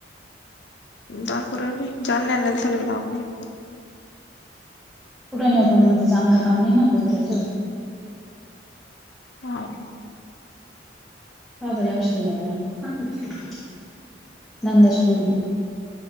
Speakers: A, on the left; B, in the centre.
A: दाखू राहिले जालन्याला न्यायला चाललय दवाखान्यात
B: कुठं न्यू पण मग ते चांगलं काम नाही ना कुत्र्याचं
A: ह
B: हा बर्यावश्य लेकराला नंदच्या पोरीला